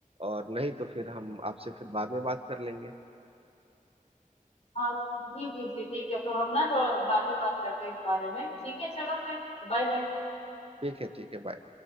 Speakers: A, on the right; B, on the left.
A: और नहीं तो फिर हम आपसे फिर बाद में बात कर लेंगे
B: हाँ जी जी जी, ठीक है तो हम ना थोड़ा बाद में बात करते हैं इस बारे में ठीक है चलो फिर Bye bye
A: ठीक है ठीक है बाय